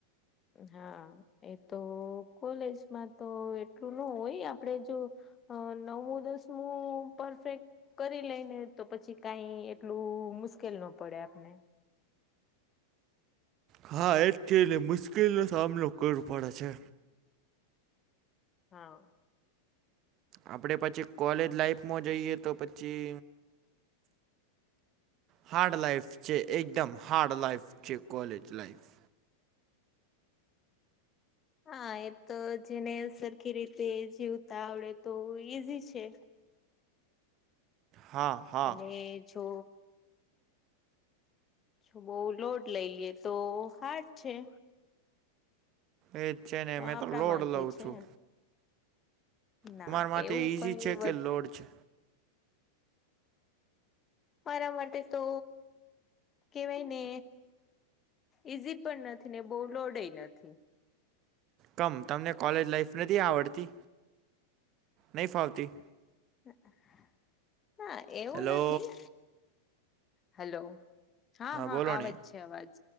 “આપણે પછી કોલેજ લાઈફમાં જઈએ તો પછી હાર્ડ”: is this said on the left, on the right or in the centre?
Right